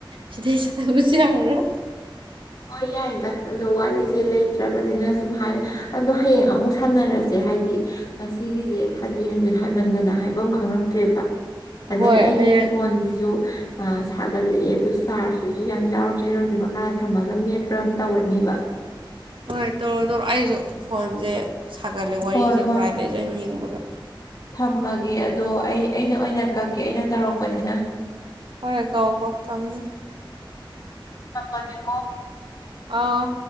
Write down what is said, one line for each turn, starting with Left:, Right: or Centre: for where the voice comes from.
Right: ꯁꯤꯗꯩ ꯆꯠꯅꯕꯁꯨ ꯌꯥꯔꯔꫭꯏ
Left: ꯍꯣꯏ ꯌꯥꯏꯗ ꯑꯗꯣ ꯋꯥꯔꯤꯁꯦ ꯂꯩꯇ꯭ꯔꯕꯅꯤꯅ ꯁꯨꯝ ꯍꯥꯏꯔ ꯑꯗꯣ ꯍꯌꯦꯡ ꯑꯃꯨꯛ ꯁꯥꯟꯅꯔꯁꯦ ꯍꯥꯏꯗꯤ ꯉꯁꯤꯒꯤꯁꯦ ꯍꯟꯖꯤꯟ ꯍꯟꯖꯤꯟ ꯍꯥꯏꯃꯟꯗꯅ ꯍꯥꯏꯕꯝ ꯈꯪꯉꯛꯇ꯭ꯔꯦꯕ ꯑꯗꯩ
Right: ꯍꯣꯏ
Left: ꯑꯩꯒꯤ
Right: ꯍꯌꯦꯡ
Left: ꯐꯣꯟꯖꯤꯖꯨ ꯑꯥ ꯁꯥꯒꯠꯂꯛꯑꯦ ꯑꯗꯨ ꯆꯥꯔꯖꯇꯨꯁꯨ ꯌꯥꯝ ꯌꯥꯎꯔꯛꯇ꯭ꯔꯦ ꯅꫭꯏꯗꯤ ꯃꯈꯥꯗ ꯊꯝꯃꯒ ꯃꯦꯠꯄ꯭ꯔꯥ ꯑꯝ ꯇꯧꯔꯅꯤꯕ
Right: ꯍꯣꯏ ꯇꯧꯔꯣ ꯇꯧꯔꯣ ꯑꯩꯁꯨ ꯐꯣꯟꯖꯦ ꯁꯥꯒꯠꯂꯦ ꯋꯥꯔꯤꯁꯦ
Left: ꯍꯣꯏ
Right: ꯉꯥꯏꯕꯩꯖꯨ ꯑꯩ ꯌꯦꯡꯕꯒ
Left: ꯊꯝꯃ ꯒꯦ ꯑꯗꯣ ꯑꯩ ꯑꯩꯅ ꯑꯣꯏꯅ ꯀꯛ ꯀꯦ ꯑꯩꯅ ꯇꯧꯔꯛꯄꯅꯤꯅ
Right: ꯍꯣꯏ ꯀꯥꯛꯑꫭ ꯀꯥꯛꯑꫭ ꯊꯝꯃꫭ ꯊꯝꯃꫭ
Left: ꯇꯝꯃꯒꯦ ꯀꯣ
Right: ꯑꯥ